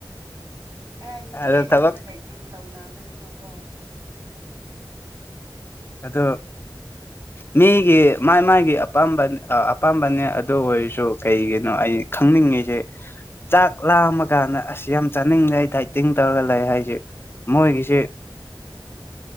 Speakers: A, on the right; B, on the left.
A: ꯑꯦ ꯅꯨꯄꯤ
B: ꯑꯗ
A: ꯑꯌꯥꯝꯕꯗ
B: ꯊꯕꯛ
A: ꯗꯥꯏꯇꯤꯡ ꯇꯧꯅꯕꯅꯤꯅꯀꯣ
B: ꯑꯗꯣ ꯃꯤꯒꯤ ꯃꯥꯏ ꯃꯥꯒꯤ ꯑꯄꯥꯝꯕ ꯑꯄꯥꯝꯕꯅꯦ ꯑꯗꯨ ꯑꯣꯏꯔꯁꯨ ꯀꯩꯒꯤꯅꯣ ꯑꯩ ꯈꯪꯅꯤꯡꯉꯤꯁꯦ ꯆꯥꯛ ꯂꯥꯝꯃ ꯀꯥꯟꯗ ꯑꯁ ꯌꯥꯝ ꯆꯥꯅꯤꯡꯗꯦ ꯑꯩ ꯗꯥꯏꯇꯤꯡ ꯇꯧꯔꯒ ꯂꯩ ꯍꯥꯏꯁꯦ ꯃꯣꯏꯒꯤꯁꯦ